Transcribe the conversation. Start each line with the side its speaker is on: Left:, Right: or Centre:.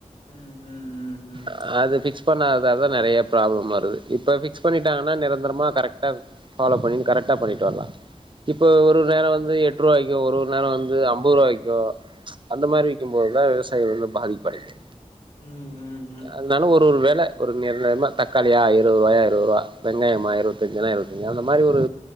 Left: ம் ம் ம் ம்
Right: அ அது ஃபிக்ஸ் பண்ணால் இதால்தா நெறையா ப்ராப்ளம் வருது இப்ப ஃபிக்ஸ் பண்ணிட்டாங்கனா நிரந்தரமா கரெக்டா ஃபாலோ பண்ணி கரெக்டா பண்ணிட்டு வர்லா இப்ப ஒரு நேர வந்து எட் எட்ருவாய்க்கு ஒரு ஒரு நேர வந்து அம்பதுருவாய்க்கு அந்த மாரி விக்கிம்போது தா விவசாய வந்து பாதிப்படையிது
Left: ம் ம் ம் ம்
Right: அதுனால ஒரு ஒரு வேல ஒரு நிர்ணயமா தக்காளியா இருபதுருவாயா இருபதுருபா வெங்காயமா இருவத்தஞ்சுனா இருவத் அந்த மாரி ஒரு